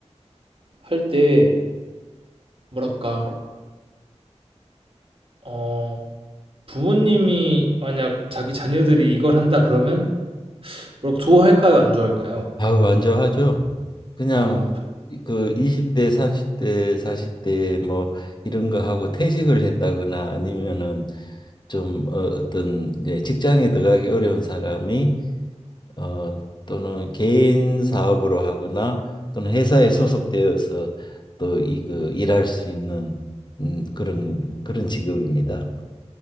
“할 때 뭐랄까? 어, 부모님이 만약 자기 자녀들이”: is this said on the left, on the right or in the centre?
Right